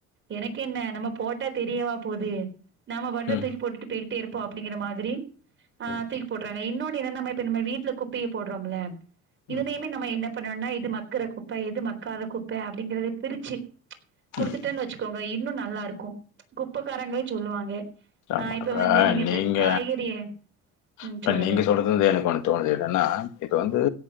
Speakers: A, on the right (about 40°); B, on the left (about 80°).
A: என்ன நம்ம போட் தெரியவா போது. நாம வட்டர
B: ம்,
A: தூக்கி போட்டு போய் இருப்போம் அப்படிங்ற மாதிரி ஆ
B: ம்,
A: தூக்கிப்போட்ருவாங்க இன்னொன்னு என்ன நம்ம இப்ப நம்ம வீட்டுல குப்பைய போட்றோம்ல இதுலையுமே
B: ம்,
A: நம்ம என்னப் பண்ணோன்ன இது மக்குற குப்ப எது மக்காத குப்ப அப்படிங்கறத பிரிச்சி
B: ம்,
A: குடுத்துட்டேன்னு வச்சுக்கோ வை இன்னு நல்லா இருக்கு குப்பக்காரங்களே சொல்லுவாங்க
B: ஆமாங்கக்கா
A: ஆ இப்ப வந்து
B: நீங்க
A: இந்த காய்கறிய ம்
B: இப்ப
A: சொல்லுங்க.
B: நீங்க சொல்றதலருந்து எனக்கு ஒன்னு தோணுது என்னனா இப்ப வந்து